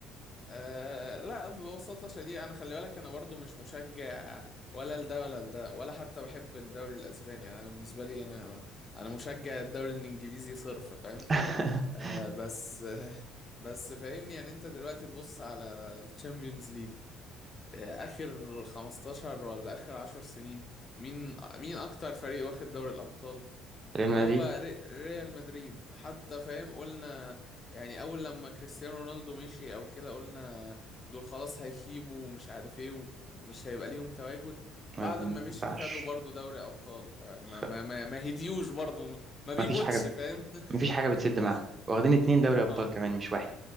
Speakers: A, on the left; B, on the right.
A: آه، لا ببساطة شديدة انا خلي بالك انا برضه مش مشجع ولا لده ولا لده ولا حتى بحب الدوري الاسباني انا بالنسبة لي انا انا مشجع الدوري الانجليزي صرف فاهم
B: <laughs>
A: آه بس <laughs> بس فاهمني يعني انت دلوقتي تبص على الشامبيونز ليج اخر 15 ولا اخر 10 سنين مين مين اكتر فريق واخد دوري الابطال
B: ريال مدريد
A: هو ري- ريال مدريد حتى فاهم قلنا يعني اول لما كريستيانو رونالدو مشي او كده قلنا دول خلاص هيخيبوا ومش عارف ايه ومش هيبقى ليهم تواجد بعد
B: ما ينفعش
A: ما مشي خدوا برضو دوري ابطال فما
B: خ-
A: ما ما, ما هديوش برضو ما بيموتش
B: ما فيش حاجة
A: فاهم <laughs>
B: ما فيش حاجة بتسد
A: ف...
B: معاهم واخدين اتنين دوري أبطال
A: اه
B: كمان مش واحد